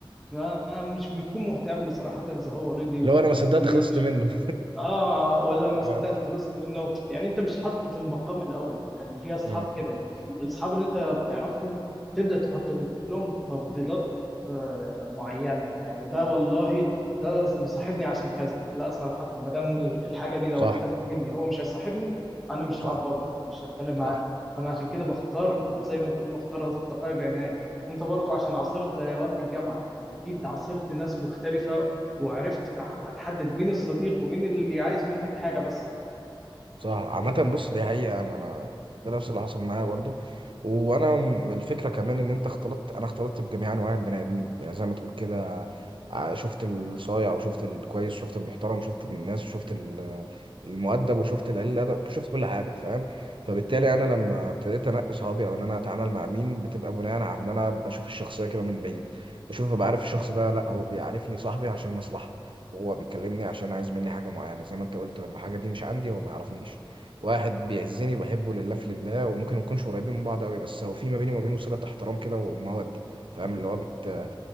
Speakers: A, in the centre; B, on the right (about 70°).
A: ما مش بتكون مهتم صراحة إذا هو رضي
B: اللي
A: ولا
B: هو انا
A: ما
B: ما صدقت
A: رضيش
B: خلصت منه
A: اه ولا
B: <laughs>
A: ما صدقت
B: آه.
A: خلصت منه يعني انت مش حاطه في المقام الاول يعني في اصحاب
B: آه.
A: كده انت في الاصحاب اللي انت بتعرفهم تبدا تحط لهم تفضيلات آه، معينه يعني ده والله ده مصاحبني عشان كذا لا صراحه ما دام الحاجه دي لو
B: صح
A: اختفت مني هو مش هيصاحبني انا مش
B: صح
A: هعبره مش هتكلم معاه
B: صح
A: انا عشان كده بختار زي ما بتقول بختار اصدقائي بعناية وانت برضو عشان عاصرت آه، وقت الجامعه اكيد عاصرت ناس مختلفه وعرفت تع- تحدد مين الصديق ومين اللي عايز منك حاجة بس
B: صح عامة بص دي حقيقة أنا أنا ده نفس اللي حصل معايا برضو وأنا م- الفكرة كمان إن أنت اختلطت أنا اختلطت بجميع أنواع البني آدمين يعني زي ما تقول كده ع- شفت الصايع وشفت الكويس شفت المحترم شفت الناس وشفت ال- المؤدب وشفت القليل الأدب شفت كل حاجة فاهم فبالتالي
A: مم.
B: أنا لما ابتديت أنقي صحابي أو إن أنا أتعامل مع مين بتبقى بناء على إن أنا بشوف الشخصية كده من بعيد بشوف ببقى عارف الشخص ده لأ هو بيعرفني صاحبي عشان مصلحة هو بيكلمني عشان عايز مني حاجة معينة زي ما انت قلت الحاجة دي مش عندي هو ما يعرفنيش واحد بيعزني وبحبه لله في لله وممكن ما نكونش قريبين من بعض قوي بس هو في ما بيني وما بينه صلة احترام كده ومودة فاهم اللي هو بت